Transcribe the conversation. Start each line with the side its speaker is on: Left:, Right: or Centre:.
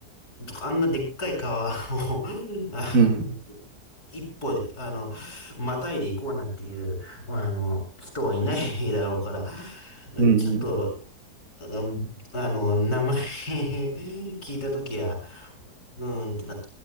Left: あんなでっかい川を、<laughs> あの、
Right: うん。
Left: 一歩で、あの、またいで行こうなんていう、あの、人はいないだろうから、
Right: うん。
Left: ちょっと、うん、あの、名前 <laughs> 聞いたときは、うーんってな